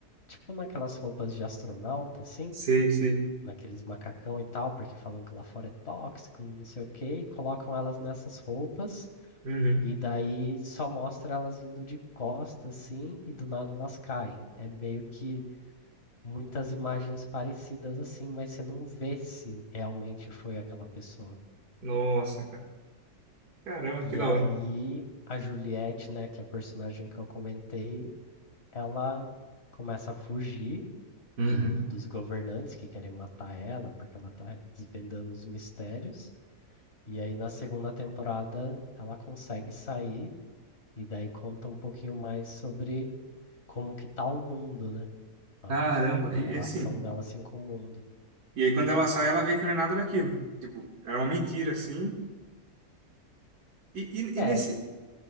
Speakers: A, on the left; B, on the right.
A: tipo naquelas roupas de astronauta, assim,
B: Sei, sei.
A: naqueles macacão e tal, porque falam que lá fora é tóxico, não sei o quê, e colocam elas nessas roupas,
B: Uhum.
A: e daí só mostra elas indo de costas, assim, e do nada elas caem. É meio que muitas imagens parecidas assim, mas você não vê se realmente foi aquela pessoa.
B: Nossa, cara. Caramba,
A: E
B: que da
A: aí
B: hora.
A: a Juliette, né, que é a personagem que eu comentei, ela começa a fugir
B: Uhum.
A: do- dos governantes que querem matar ela, porque ela tá desvendando os mistérios. E aí na segunda temporada ela consegue sair e daí conta um pouquinho mais sobre como que tá o mundo, né? A,
B: Caramba,
A: a
B: e
A: relação
B: e assim.
A: dela assim com o mundo.
B: E aí quando ela sai, ela vê que não é nada daquilo. Tipo, era uma mentira, assim. E, e,
A: É,
B: e nesse.